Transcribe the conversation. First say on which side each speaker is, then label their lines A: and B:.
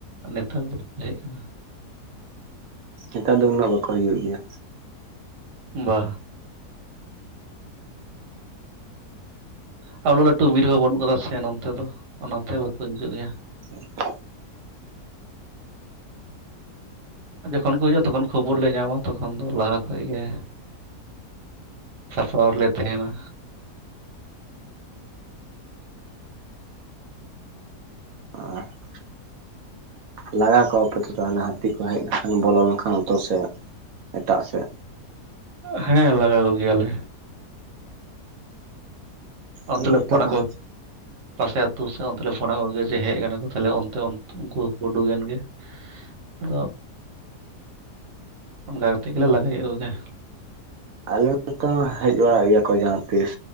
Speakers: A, on the right; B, on the right.
A: ᱱᱮᱛᱟᱨ ᱫᱚ ᱵᱟᱠᱚ ᱦᱮᱡ ᱟᱠᱟᱱᱟ
B: ᱱᱮᱛᱟᱨ ᱫᱚ ᱩᱱᱟᱹᱜ ᱵᱟᱠᱚ ᱦᱩᱭᱩᱜ ᱜᱮᱭᱟ
A: ᱵᱟ ᱟᱨ ᱩᱱᱟᱹᱜ ᱞᱟᱹᱴᱩ ᱵᱤᱨ ᱦᱚᱸ ᱵᱟᱹᱱᱩᱜ ᱟᱠᱟᱫᱟ ᱥᱮ ᱱᱚᱛᱮ ᱫᱚ ᱚᱱᱟᱛᱮ ᱵᱟᱠᱚ ᱦᱤᱡᱩᱜ ᱜᱮᱭᱟ
B: <inaudible>
A: ᱟᱨ ᱡᱚᱠᱷᱚᱱ ᱠᱚ ᱦᱤᱡᱩᱜᱼᱟ ᱛᱚᱠᱷᱚᱱ ᱠᱷᱚᱵᱚᱨ ᱞᱮ ᱧᱟᱢᱟ ᱛᱚᱠᱷᱚᱱ ᱫᱚ ᱞᱟᱦᱟ ᱠᱷᱚᱡ ᱜᱮ ᱥᱟᱯᱲᱟᱣ ᱞᱮ ᱛᱮᱦᱮᱱᱟ
B: <unintelligible> ᱞᱟᱜᱟ ᱠᱚᱣᱟᱯᱮᱛᱚ ᱛᱟᱦᱚᱞᱮ ᱦᱟᱹᱛᱤ ᱠᱚ ᱦᱮᱡ ᱞᱮᱱᱠᱷᱟᱱ ᱵᱚᱞᱚ ᱞᱮᱱᱠᱷᱟᱱ ᱟᱛᱳ ᱥᱮᱫ ᱮᱴᱟᱜ ᱥᱮᱫ
A: ᱦᱮᱸ ᱞᱟᱜᱟ ᱠᱚᱜᱮᱭᱟᱞᱮ ᱚᱱᱛᱮ
B: ᱟᱞᱮ
A: ᱞᱮ
B: ᱱᱚᱛᱮ
A: ᱯᱷᱱᱟᱜ ᱠᱚ
B: <inaudible>
A: ᱯᱟᱥᱮ ᱟᱹᱛᱩ ᱥᱮᱫ ᱚᱱᱛᱮ ᱞᱮ ᱯᱷᱳᱱᱟᱫ ᱠᱚᱜᱮ ᱡᱮ ᱦᱮᱡ ᱠᱟᱱᱟ ᱠᱚ ᱛᱟᱦᱞᱮ ᱚᱱᱛᱮ ᱩᱱᱠᱩ ᱦᱚᱸᱠᱚ ᱩᱰᱩᱠ ᱮᱱ ᱜᱮ᱾ ᱟᱫᱚ ᱚᱱᱠᱟ ᱠᱟᱛᱮ ᱜᱮᱞᱮ ᱞᱟᱜᱟᱠᱮᱫ ᱠᱚᱜᱮ᱾
B: ᱟᱞᱮ ᱱᱚᱱᱛᱚ ᱦᱚ ᱦᱮᱡ ᱵᱟᱲᱟᱜ ᱜᱮᱭᱟ ᱠᱚ ᱡᱟᱦᱟᱸ ᱛᱤᱥ᱾